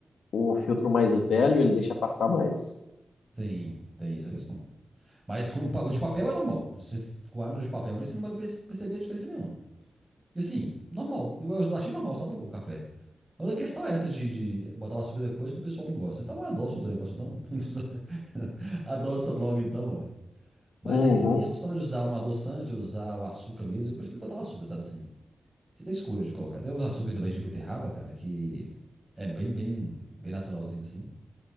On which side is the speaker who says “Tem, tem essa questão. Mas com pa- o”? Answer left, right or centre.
Right